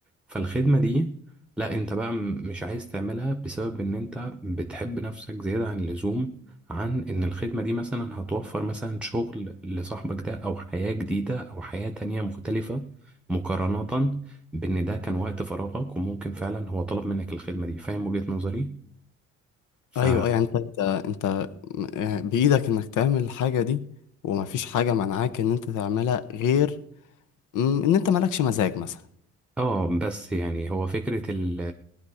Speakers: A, in the centre; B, on the left (about 85°).
A: فالخدمه دي لا انت بقى م- مش عايز تعملها بسبب ان انت بتحب نفسك زياده عن اللزوم عن ان الخدمه دي مثلا هتوفر مثلا شغل لصاحبك ده او حياه جديده او حياه تانية مختلفه مقارنه بان ده كان وقت فراغك وممكن فعلا هو طلب منك الخدمه دي فاهم وجهه نظري ف
B: ايوه ايوه يعني انت انت انت م- آه، بايدك انك تعمل الحاجة دي ومفيش حاجة منعاك ان انت تعملها غير مم، ان انت مالكش مزاج مثلا
A: اه بس يعني هو فكرة ال